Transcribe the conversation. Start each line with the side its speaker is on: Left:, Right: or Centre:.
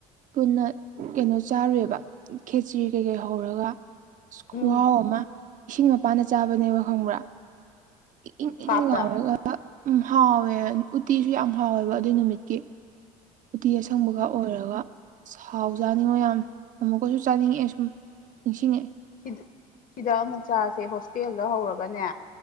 Right: ꯄꯨꯟꯅ ꯀꯩꯅꯣ ꯆꯥꯔꯨꯦꯕ ꯈꯦꯆ꯭ꯔꯤ ꯀꯩꯀꯩ ꯍꯧꯔꯒ
Left: ꯎꯝ
Right: ꯈ꯭ꯍꯥꯎ ꯑꯃ ꯏꯁꯤꯡ ꯃꯄꯥꯟꯅ ꯆꯥꯕꯅꯦꯕ ꯈꯪꯕ꯭ꯔꯥ ꯏ ꯏꯧꯔꯒ
Left: ꯄꯥꯞꯇ
Right: ꯎꯝ ꯍꯥꯎꯋꯦ ꯎꯇꯤꯁꯨ ꯌꯥꯝ ꯍꯥꯎꯋꯦꯕ ꯑꯗꯨꯏ ꯅꯨꯃꯤꯠꯀꯤ ꯎꯇꯤ ꯑꯁꯪꯕꯒ ꯑꯣꯏꯔꯒ ꯁꯥꯎ ꯆꯥꯅꯤꯡꯉꯣ ꯌꯥꯝ ꯑꯃꯨꯛꯀꯁꯨ ꯆꯥꯅꯤꯡꯉꯛꯑꯦ ꯁꯨꯝ ꯅꯤꯡꯁꯤꯡꯉ
Left: ꯁꯤꯗ ꯁꯤꯗ ꯑꯃꯨꯛ ꯆꯁꯦ ꯍꯣꯁꯇꯦꯜꯗ ꯍꯧꯔꯒꯅꯦ